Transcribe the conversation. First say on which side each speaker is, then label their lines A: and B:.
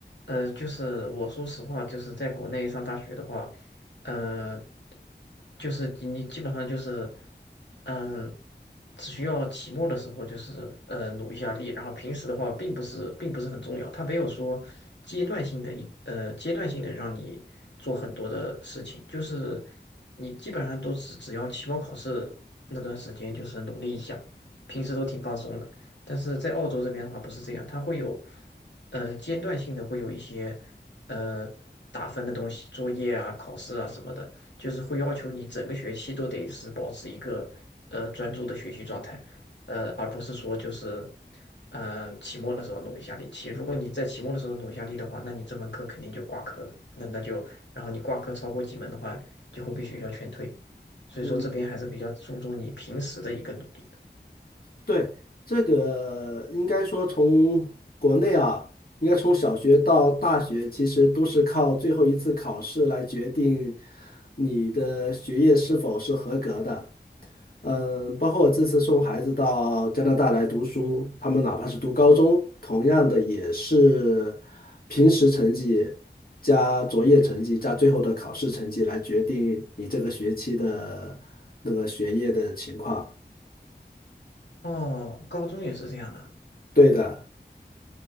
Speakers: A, on the left; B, on the left.
A: 呃，就是我说实话，就是在国内上大学的话，呃，就是你基本上就是嗯，只需要期末的时候就是呃努一下力，然后平时的话并不是并不是很重要，它没有说阶段性的一呃阶段性的让你做很多的事情，就是你基本上都只只要期末考试那段时间就是努力一下，平时都挺放松的。但是在澳洲这边的话不是这样，它会有呃间断性的会有一些呃打分的东西，作业啊、考试啊什么的，就是会要求你整个学期都得是保持一个呃专注的学习状态，呃，而不是说就是嗯、呃期末的时候努一下力。其如果你在期末的时候努一下力的话，那你这门课肯定就挂科了，那那就然后你挂科超过几门的话，就会被学校劝退。所以说这边还是比较注重你平时的一个努力的。
B: 嗯，对，这个应该说从国内啊，应该从小学到大学，其实都是靠最后一次考试来决定你的学业是否是合格的。嗯，包括我这次送孩子到加拿大来读书，他们哪怕是读高中，同样的也是平时成绩加作业成绩加最后的考试成绩来决定你这个学期的那个学业的情况。
A: 哦，高中也是这样的。
B: 对的，